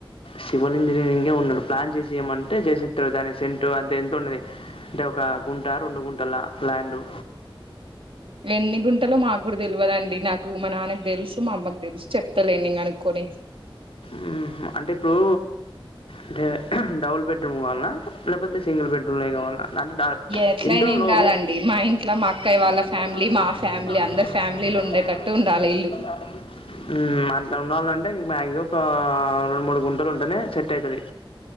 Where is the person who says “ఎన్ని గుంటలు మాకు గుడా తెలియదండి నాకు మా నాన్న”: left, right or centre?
Right